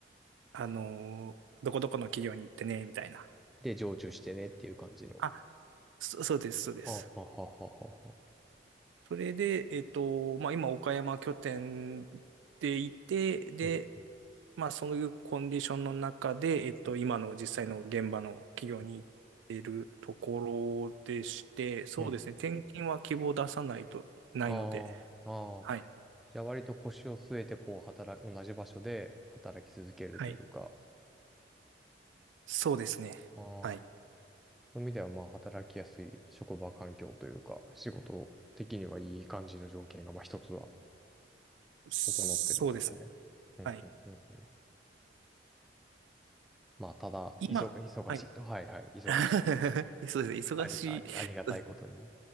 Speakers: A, on the right; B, in the centre.
A: あのーどこどこの企業に行ってね、みたいな。
B: で、常駐してねっていう感じの。
A: あ、そ、そうです、そうです。
B: はあ、はあ、はあ、はあ、はあはあ。
A: それで、えっと、まあ、今、岡山拠点でいて、で、
B: うん、うん、
A: まあ、そういうコンディションの中で、えっと、
B: うん、
A: 今の実際の現場の企業に行ってるとこ
B: うん。
A: ろでして、そうですね、
B: うん
A: 転勤は希望出さないと、ないので、
B: ああ、
A: はい。
B: ああ。じゃあ割と腰を据えてこう働く、同じ場所で働き続けるというか、
A: はいそうですね。
B: ああ、
A: はい。
B: そういう意味ではまあ働きやすい職場環境というか、仕事的にはいい感じの条件がまあ一つは
A: そうです。
B: 整ってるんですね。うんうんうんうん。
A: はい。
B: まあただ、
A: 今、
B: 忙、忙しいと。
A: はい。
B: はいはい、忙しい。
A: <laughs> そうですね。
B: あり、
A: 忙しい。
B: あり、
A: <laughs>
B: ありがたいことにね。
A: そうです